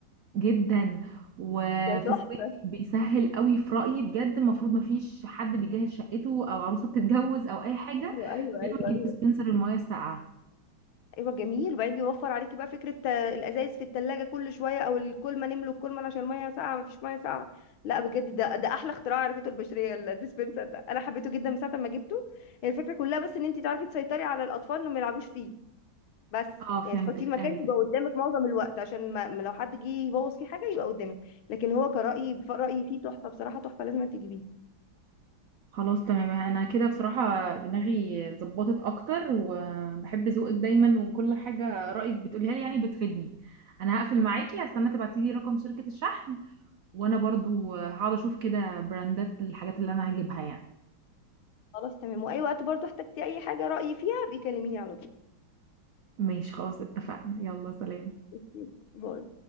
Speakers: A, on the right; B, on the left.
A: جدا وفي
B: ده تحفه
A: الصيف بيسهل قوي في رأيي بجد المفروض ما فيش حد بيجهز شقته او عروسه بتتجوز او اي حاجه
B: ايوه
A: غير
B: ايوه
A: ما يجيب
B: ايوه
A: ديسبنسر الميه الساقعه
B: ايوه جميل وبعدين بيوفر عليكي بقى فكره آه، الازايز في التلاجة كل شويه او الكولمه نملوا الكولمه عشان الميه ساقعه مفيش ميه ساقعه لا بجد ده ده احلى اختراع عرفته البشريه الديسبنسر ده انا حبيته جدا من ساعه ما جبته هي الفكره كلها بس ان انت تعرفي تسيطري على الاطفال انهم ما يلعبوش فيه بس
A: اه
B: يعني
A: فهمتك
B: تحطيه مكان
A: ايوه
B: يبقى قدامك معظم الوقت عشان ما ما لو حد جه يبوظ فيه حاجه يبقى قدامك لكن هو كرأيي رأيي فيه تحفه بصراحه تحفه لازم تجيبيه
A: خلاص تمام انا كده بصراحة دماغي اتظبطت اكتر وبحب ذوقك دايما وكل حاجة رأيك بتقوليها لي يعني بتفيدني انا هقفل معاكي هستنى تبعتي لي رقم شركة الشحن وانا برضو هقعد اشوف كده براندات الحاجات اللي انا هجيبها يعني
B: خلاص تمام واي وقت برضو احتجتي اي حاجه رأيي فيها بيكلميني على طول
A: ماشي خلاص اتفقنا يلا سلام
B: اوكي باي